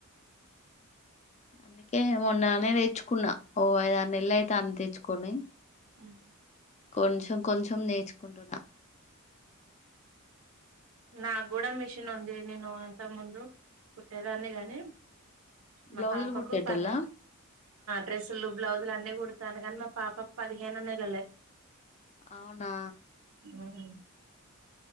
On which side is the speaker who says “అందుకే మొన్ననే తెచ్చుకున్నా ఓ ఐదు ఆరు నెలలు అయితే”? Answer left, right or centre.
Left